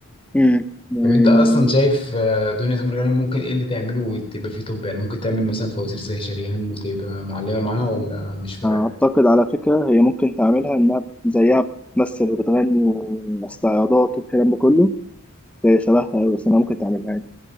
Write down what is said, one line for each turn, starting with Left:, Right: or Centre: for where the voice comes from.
Centre: امم يعني
Left: طب انت اصلا شايف آه، دنيا سمير غانم ممكن ايه اللي تعمله وتبقى فيه طب يعني ممكن تعمل مثلا فوازير زي شريهان وتبقى معلمه معاها ولا مش فارقه؟
Centre: أعتقد على فكرة هي ممكن تعملها إنها زيها بتمثل وبتغني واستعراضات والكلام ده كله هي شبهها أوي، بس أنا ممكن تعملها يعني